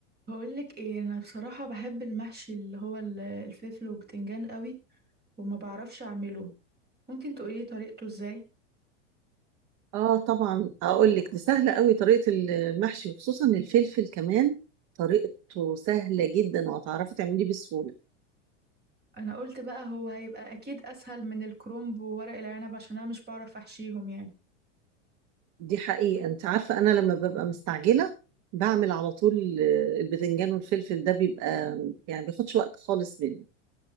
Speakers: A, on the right (about 25°); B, on the right (about 45°).
A: بقولك ايه انا بصراحة بحب المحشي اللي هو ال- الفلفل والبتنجان قوي وما بعرفش اعمله ممكن تقولي طريقته ازاي
B: اه طبعا اقول لك دي سهله قوي طريقه المحشي وخصوصا الفلفل كمان طريقته سهله جدا وهتعرفي تعمليه بسهوله
A: انا قلت بقى هو هيبقى اكيد اسهل من الكرنب وورق العنب عشان انا مش بعرف احشيهم يعني
B: دي حقيقه انت عارفه انا لما ببقى مستعجله بعمل على طول البذنجان والفلفل ده بيبقى يعني بياخدش وقت خالص مني